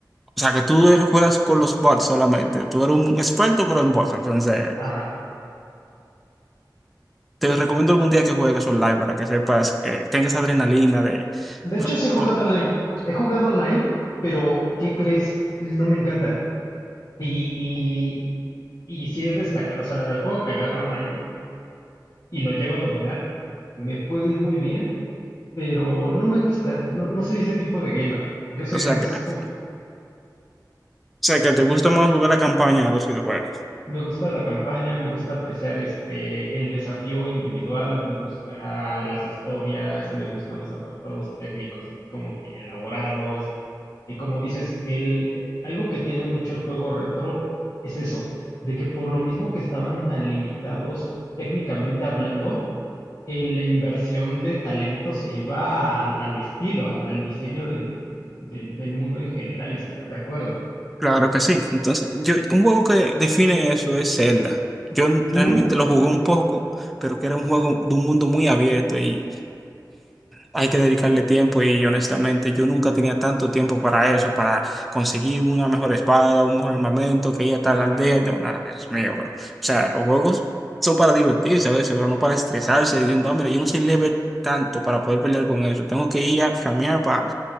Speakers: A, in the centre; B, on the left.
A: o sea, que tú eres- juegas con los bots solamente. Tú eres un experto, pero en bots. Entonces.
B: ajá.
A: Te recomiendo algún día que juegues online para que sepas, que tengas esa adrenalina de...
B: De hecho,
A: O sea,
B: sí he jugado
A: tú-
B: online. He jugado online, pero ¿qué crees? No me encanta. Y, y, y si he destacado, o sea, el juego que agarro online y lo llego a dominar, me puede ir muy bien, pero no me gusta. No, no soy ese tipo de gamer. Yo soy
A: o sea
B: más
A: que, o
B: como,
A: sea, que te gusta más jugar la campaña de los videojuegos.
B: Me gusta la campaña, me gusta apreciar este el desafío individual, me gusta las historias, me gustan los apartados técnicos así como que elaborados. Y como dices, el, el- algo que tiene mucho el juego retro es eso, de que por lo mismo que estaban tan limitados técnicamente hablando, eh, la inversión de talento se iba al, al estilo, al, al diseño del, del del mundo en general, estarás de acuerdo.
A: Claro que sí. Entonces, yo, un juego que define eso es Zelda. Yo n-
B: Mm,
A: realmente lo jugué un poco, pero que era un juego de un mundo muy abierto y Hay que dedicarle tiempo y honestamente yo nunca tenía tanto tiempo para eso, para conseguir una mejor espada, un mejor armamento, que ir a tal
B: Ajá,
A: aldea. No, nada, Dios mío, bro. O sea, los juegos son para divertirse a veces, pero no para estresarse diciendo, ah, mira, yo no soy level tanto para poder pelear con eso. Tengo que ir a farmear para